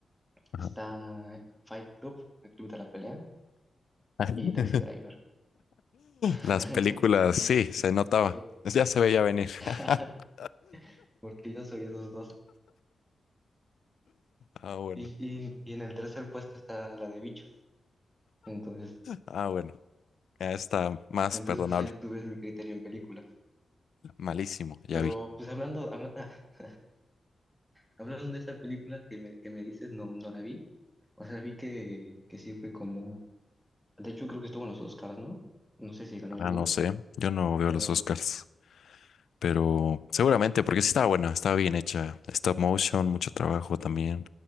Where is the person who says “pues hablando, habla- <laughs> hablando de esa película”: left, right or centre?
Centre